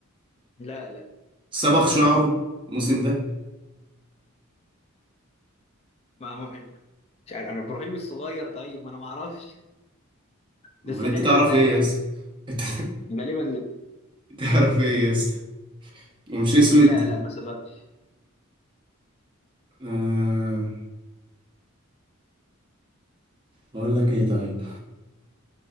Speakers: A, on the left (about 30°); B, on the right (about 25°).
A: لا لا
B: صبغ شعره الموسم ده
A: ما ما مش عارف انا ابراهيم الصغير طيب ما انا ما اعرفش بس
B: امال انت
A: غالبا
B: تعرف
A: لا
B: ايه
A: يعني
B: يا اسطى <laughs> انت
A: غالبا لا
B: تعرف ايه يا اسطى ومش اسود
A: لا لا ما سبقش
B: آه بقول لك ايه طيب